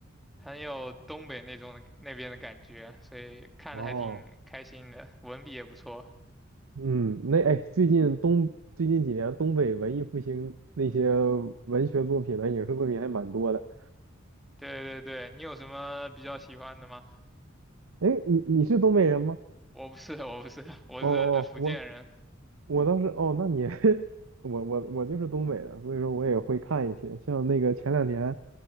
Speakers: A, in the centre; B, on the right.
A: 很有东北那种那边的感觉，所以看的还挺开心的，
B: 哦，
A: 文笔也不错。
B: 嗯，那哎，最近东最近几年东北文艺复兴那些文学作品呢，影视作品还蛮多的。
A: 对对对，你有什么比较喜欢的吗？
B: 哎，你你是东北人吗？
A: 我不是，我不是，我是福建人
B: 哦哦，我我倒是哦，那你 <laughs> 我我我就是东北的，所以说我也会看一些，像那个前两年